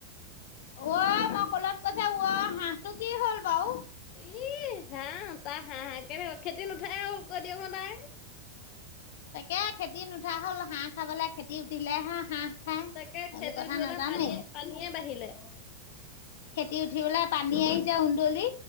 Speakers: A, on the left; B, on the left.
A: অ, মই কলত কৈছে হাঁহটো কি হ'ল বাও।
B: ই, হাঁহ তাই হাঁহ হা কেনেকুৱা খেতি নুঠাই হওল কৈ দিয়ক হ তাই। ন <unintelligible>
A: তাকে খেতি নুঠা হ'ল হাঁহ খাবলৈ খেতি উঠিলে হা হাঁহ খায়
B: তাকে
A: এইবোৰ
B: খেজি
A: কথা
B: উঠিবলৈ
A: নাজানেই
B: পানীয়ে-পানীয়ে বাঢ়িলে।
A: খেতি উঠি পেলাই পানী আহি যা সুন্দলি।